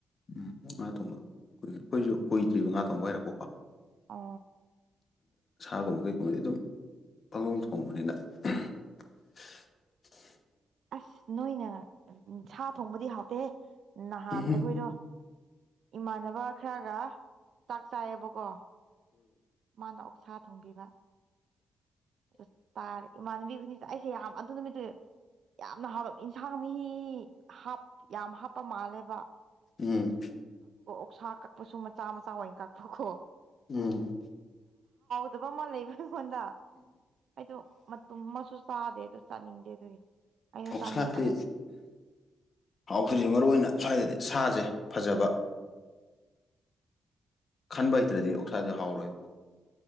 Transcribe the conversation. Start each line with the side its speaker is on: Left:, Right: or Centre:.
Left: ꯎꯝ ꯉꯥ ꯊꯣꯡꯕ ꯀꯏ ꯑꯩꯈꯣꯏꯁꯨ ꯀꯨꯏꯗ꯭ꯔꯤꯕ ꯉꯥ ꯊꯣꯡꯕ ꯍꯥꯏꯔꯛꯄꯀꯣ
Right: ꯑ
Left: ꯁꯥꯒꯨꯝꯕ ꯀꯩꯒꯨꯝꯕꯗꯤ ꯑꯗꯨꯝ ꯄꯥꯒꯣꯡ ꯊꯣꯡꯕꯅꯤꯅ <unintelligible>
Right: ꯑꯁ ꯅꯣꯏꯅ ꯁꯥ ꯊꯣꯡꯕꯗꯤ ꯍꯥꯎꯇꯦ ꯅꯍꯥꯟ
Left: ꯎꯝ
Right: ꯑꯩꯈꯣꯏꯗꯣ ꯏꯃꯥꯟꯅꯕ ꯈꯔꯒ ꯆꯥꯛ ꯆꯥꯏꯌꯦꯕꯀꯣ ꯃꯥꯅ ꯑꯣꯛꯁꯥ ꯊꯣꯡꯕꯤꯕ ꯑꯗꯨ ꯇꯥꯔꯦ ꯏꯃꯥꯟꯅꯕꯤ ꯈꯨꯅꯤ ꯑꯩꯁꯦ ꯌꯥꯝ ꯑꯗꯨ ꯅꯨꯃꯤꯠꯇꯨ ꯌꯥꯝꯅ ꯍꯥꯎ ꯌꯦꯟꯁꯥꯡ ꯃꯤ ꯍꯥ ꯌꯥꯝ ꯍꯥꯞꯄ ꯃꯥꯜꯂꯦꯕ
Left: ꯎꯝ
Right: ꯁ ꯁꯥ ꯀꯛꯄꯁꯨ ꯃꯆꯥ ꯃꯆꯥ ꯑꯣꯏꯅ ꯀꯛꯄꯈꯣ
Left: ꯎꯝ
Right: ꯐꯕ ꯑꯃ ꯂꯩꯕ꯭ꯔ ꯑꯩꯉꯣꯟꯗ ꯑꯩꯗꯣ ꯃꯇꯨꯝ ꯃꯆ ꯁꯥꯗꯦ ꯇꯁꯥꯅꯤꯡꯗꯦ ꯑꯗꯨ ꯑꯩꯗꯣ
Left: ꯑꯣꯛꯁꯥꯗꯤ
Right: ꯆꯥꯅꯤꯡꯉꯦ ꯑꯗꯨ
Left: ꯍꯥꯎꯈꯤ꯭ꯁꯦ ꯃꯔꯨꯏ ꯑꯣꯏꯅ ꯁ꯭ꯋꯥꯏꯗꯗꯤ ꯁꯥꯁꯦ ꯐꯖꯕ ꯈꯟꯕ ꯍꯩꯇ꯭ꯔꯗꯤ ꯑꯣꯛꯁꯥꯁꯦ ꯍꯥꯎꯔꯣꯏꯕ